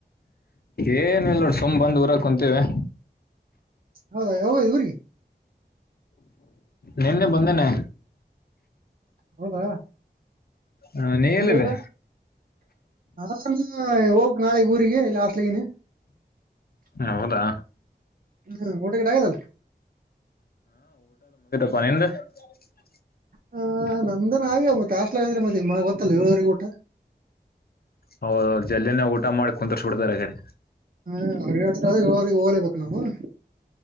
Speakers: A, on the left; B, on the right.
A: ಏನ್ ಇಲ್ ನೋಡು ಸುಮ್ ಬಂದು ಊರ ಕುಂತೇವೆ.
B: ಹೌದ, ಯಾವಾಗ ಹೋಗಿ ಊರಿಗಿ.
A: ನಿನ್ನೆ ಬಂದೇನೆ
B: ಹೌದಾ,
A: ಆ, ನೀ ಎಲ್ಲಿದೆ
B: ಊಟ- ಗಿಟ <unintelligible> ಹ ಹೋಗ್ಕ್ಬೇಕ ನಾಳಿಗ್ ಊರಿಗಿ. ಸ್ಲಗ ನೀ <unintelligible>
A: ಹೌದಾ,
B: ಹ್ಮ, ಊಟಗಿಟ ಹಾಗದಲ್ಲಾ.
A: ಪ ನಿಂದು <unintelligible>
B: ಹ ನಂದನ ಆ್ಯ ಮತ್ತೆ ಆಸ್ಲ ಅಂದ್ರೆ ಮತ್ತೆ ಮ ಗೊತ್ತಲ್ಲ ಏಳುವರಿಗ ಊಟ <unintelligible>
A: ಹೌದು ಜಲ್ದಿನೇ ಊಟ ಮಾಡಿ ಕುಂದರಿಸ ಸುಡತಾರೆಗಡೆ
B: ಹ ಅವ್ರ್ರಿಗೆ ಹೋಗ್ಲೇಬೇಕು ನಾವು <unintelligible>